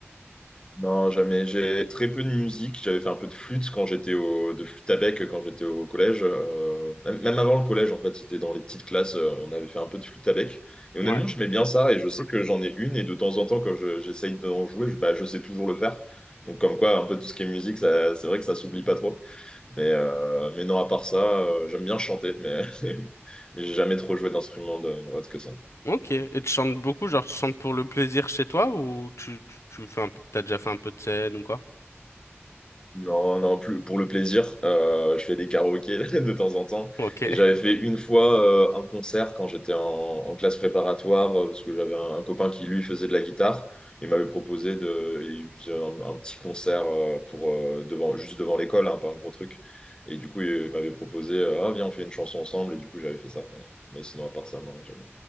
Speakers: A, on the left; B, on the left.
A: Non, jamais. J'ai très peu de musique. J'avais fait un peu de flûte quand j'étais au, de flûte à bec quand j'étais au collège. euh, même même avant le collège, en fait, c'était dans les petites classes. euh, on avait fait un peu de flûte à bec. Et honnêtement,
B: Ouais.
A: j'aimais bien ça. Et je sais que j'en ai une. Et de temps en temps, quand je- j'essaye d'en jouer, je, bah, je sais toujours le faire. Donc, comme quoi, un peu tout ce qui est musique, ça, c'est vrai que ça s'oublie pas trop. Mais, euh, mais non, à part ça, euh, j'aime bien chanter, mais <laughs> j'ai jamais trop joué d'instrument de- autre que ça.
B: Ok. Et tu chantes beaucoup, genre, tu chantes pour le plaisir chez toi, ou tu, tu, tu fais un peu, t'as déjà fait un peu de scène ou quoi?
A: Non, non, plus, pour le plaisir, euh, je fais des karaokés <laughs> de temps en temps.
B: Ok. <laughs>
A: Et j'avais fait une fois euh, un concert quand j'étais en, en classe préparatoire, euh, parce que j'avais un, un copain qui, lui, faisait de la guitare. Il m'avait proposé de, il faisait un, un petit concert euh, pour, euh, devant, juste devant l'école, hein, pas un gros truc. Et du coup, il m'avait proposé, euh, ah, viens, on fait une chanson ensemble. Et du coup, j'avais fait ça. Mais, mais sinon, à part ça, non, j'aime